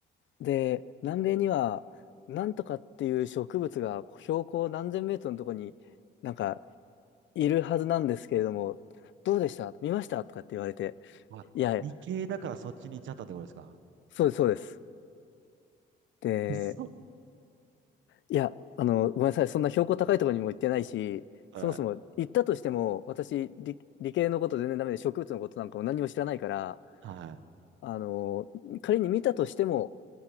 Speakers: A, on the left; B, on the right.
A: で、南米には、なんとかっていう植物が標高何千メートルのとこになんかいるはずなんですけれども、どうでした見ましたとかって言われて、
B: まあ、
A: いやいや、
B: 理系だからそっちに行っちゃったってことですか
A: そうです、そうです。で、
B: そう。
A: いや、あの、ごめんなさい、そんな標高高いところにも行ってないし、
B: はい。
A: そもそも行ったとしても、私、理、理系のこと全然ダメで、植物のことなんかも何も知らないから、
B: はい。
A: あの、仮に見たとしても、